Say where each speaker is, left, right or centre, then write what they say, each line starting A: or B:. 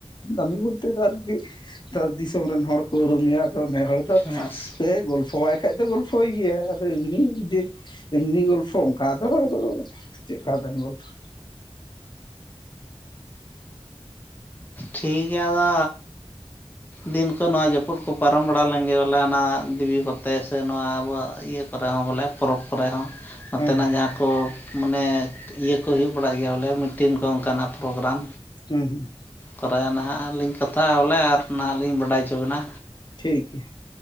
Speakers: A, on the left; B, on the left.
A: ᱫᱟᱹᱢᱤ ᱵᱚᱞᱛᱮ ᱫᱚ ᱟᱨᱠᱤ ᱫᱤᱥᱚᱢ ᱨᱮᱱ ᱦᱚᱲ ᱠᱚ ᱮᱭᱟ ᱟᱫᱚ ᱱᱮᱦᱚᱲ ᱫᱚ
B: ᱢᱚᱡᱽ
A: ᱮᱭ ᱜᱚᱞᱯᱷᱚᱣᱟᱭ ᱠᱷᱟᱡ ᱫᱚ ᱜᱚᱞᱯᱷᱚᱭ ᱜᱮᱭᱟ ᱟᱫᱚ ᱮᱢᱱᱤ ᱡᱮ ᱮᱢᱱᱤ ᱜᱚᱞᱯᱷᱚ ᱚᱱᱠᱟ ᱫᱚ ᱟᱫᱚ ᱪᱮᱜᱠᱟ ᱵᱮᱱ ᱜᱚᱞᱯᱷᱚᱭ
B: ᱴᱷᱤᱠ ᱜᱮᱭᱟ ᱟᱫᱚ ᱫᱤᱱ ᱠᱚ ᱱᱚᱣᱟ ᱡᱟᱹᱯᱩᱫ ᱠᱚ ᱯᱟᱨᱚᱢ ᱵᱟᱲᱟ ᱞᱮᱱ ᱜᱮ ᱵᱚᱞᱮ ᱚᱱᱟ ᱫᱤᱵᱤ ᱠᱚ ᱛᱮ ᱥᱮ ᱱᱚᱣᱟ ᱟᱵᱚᱣᱟᱜ ᱤᱭᱟᱹ ᱠᱚ ᱨᱮ ᱦᱚᱸ ᱵᱚᱞᱮ ᱯᱚᱨᱚᱵᱽ ᱠᱚᱨᱮ ᱦᱚᱸ ᱱᱚᱛᱮᱱᱟᱜ
A: ᱦᱮᱸ
B: ᱡᱟᱦᱟᱸ ᱠᱚ ᱢᱟᱱᱮ ᱤᱭᱟᱹ ᱠᱚ ᱦᱩᱭᱩᱜ ᱵᱟᱲᱟᱜ ᱜᱮᱭᱟ ᱵᱚᱞᱮ ᱢᱤᱴᱤᱱ ᱠᱚ ᱚᱱᱠᱟᱱᱟᱜ ᱯᱨᱳᱜᱽᱨᱟᱢ᱾
A: ᱦᱩᱸ ᱦᱩᱸ᱾
B: ᱛᱚᱵᱮᱭᱟ ᱱᱟᱦᱟᱜ ᱞᱤᱧ ᱠᱟᱛᱷᱟᱜᱼᱟ ᱵᱚᱞᱮ ᱟᱨ ᱱᱟᱦᱟᱜ ᱞᱤᱧ ᱵᱟᱰᱟᱭ ᱚᱪᱚ ᱵᱤᱱᱟ᱾
A: ᱴᱷᱤᱠ ᱜᱮᱭᱟ,